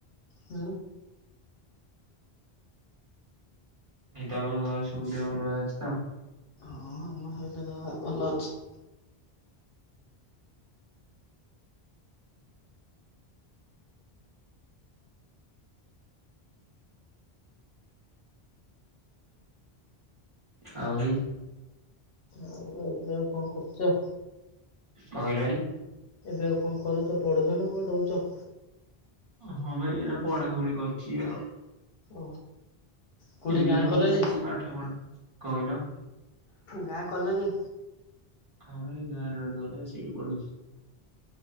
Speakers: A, on the left; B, on the right.
A: ହୁଁ।
B: ଏଇ ତମ ଘରେ ସବୁ ଦେହ ଭଲ ଅଛି ତ?
A: ହଁ ଆମ ଘରେ ସମସ୍ତଙ୍କର ଦେହ ଭଲ ଅଛି।
B: ଆଉ ଭାଇ
A: ଆଉ ଏବେ ଆଉ କଣ କରୁଚ।
B: କଂ କହିଲ ଭାଈ।
A: ଏବେ ଆଉ କଣ କରୁଛ ପଢୁଛ ନା କୁଆଡ଼େ ରଉଚ।
B: ହଁ ଭାଇ ଏଇନା ପଢାପଢି କରୁଛି ଆଉ।
A: ଓ କୋଉଠି
B: ଏମିତି
A: ଗାଁ
B: ଭାଇ
A: କଲେଜ
B: ଚାଲିଛି ପାଠ ପଢା କଣ କହିଲ।
A: ଗାଁ କଲେଜ।
B: ହଁ ଏଇ ଗାଁରେ ଗୋଟେ କଲେଜ ସେଇଠି ପଢୁଛି।